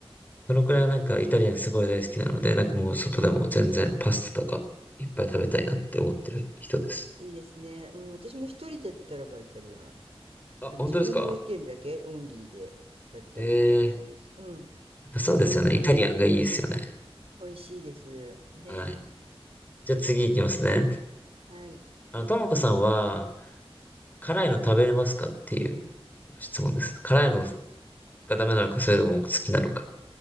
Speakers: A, on the left (about 15°); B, on the right (about 75°).
A: そのくらいなんかイタリアンすごい大好きなので、なんかもう外でも全然パスタとかいっぱい食べたいなって思ってる人です。
B: うんいいですね。うん。私も一人だったらばイタリアン。
A: あ、
B: でも自分の意見だけオンリーでだったらイタリアンです。
A: 本当ですかええ
B: うん。
A: ー、そうですよね。
B: 好きです。
A: イタリアンがいいですよね。
B: うん、美味しいです。ね、
A: はい。じゃあ次行きますね。
B: はい。
A: あの、ともこさんは、辛いの食べれますかっていう質問です。辛いのがダメなのか、それとも好きなのか。